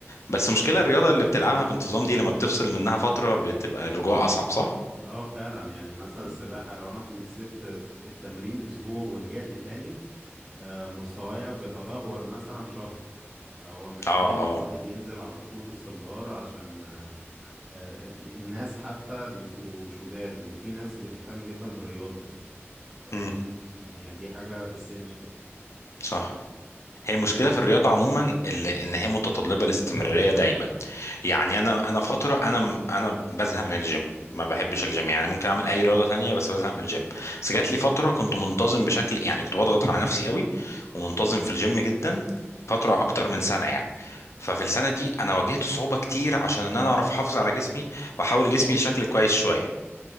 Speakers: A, on the left; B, on the right.
A: بس مشكله الرياضه اللي بتلعبها بانتظام دي لما بتفصل منها فتره بتبقى الرجوع اصعب صح؟
B: اه فعلا يعني مثلا
A: مم.
B: السباحة لو انا كنت سبت التمرين اسبوع ورجعت تاني آه، مستوايا بيتدهور مثلا شهر فهو محتاج
A: اه
B: ان
A: اه
B: الواحد ينزل على طول باستمرار عشان آه، آه، آه، الناس حتى بيبقوا شداد وفي ناس بتهتم جدا بالرياضة ف
A: امم
B: يعني دي حاجة essential
A: صح هي المشكله في الرياضه عموما اللي ان هي متطلبه الاستمراريه دايما يعني انا انا فتره انا م- انا بزهق من الجيم ما بحبش الجيم يعني ممكن اعمل اي رياضه تانية بس بزهق من الجيم بس جات لي فتره كنت منتظم بشكل يعني كنت بضغط على نفسي قوي ومنتظم في الجيم جدا فتره اكتر من سنه يعني ففي السنه دي انا واجهت صعوبه كتير عشان ان انا اعرف احافظ على جسمي واحول جسمي شكل كويس شويه